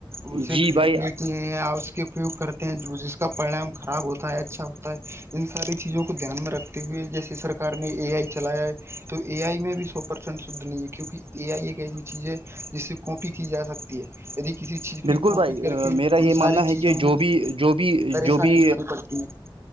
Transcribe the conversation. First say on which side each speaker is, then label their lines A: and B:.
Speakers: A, on the right; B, on the right.
A: اسے
B: جی
A: خرید
B: بھائی
A: لی اس کے اپیوگ کرتے ہیں جس کا پریام خراب ہوتا ہے اچھا ہوتا ہے ان ساری چیزوں کو دھیان میں رکھتے ہوئے جیسے سرکار نے اے آئی چلایا ہے تو اے آئی میں بھی سو پرسنٹ شدھ نہیں ہے کیونکہ اے آئی ایک ایسی چیز ہے جس سے کاپی کی جا سکتی ہے یدی کسی چیز
B: بالکل
A: کی کاپی
B: بھائی
A: کر کے
B: میرا
A: ان
B: یہ ماننا
A: ساری
B: ہے
A: چیزوں
B: کہ جو
A: میں
B: بھی جو بھی
A: پریشانی
B: جو بھی
A: <unintelligible>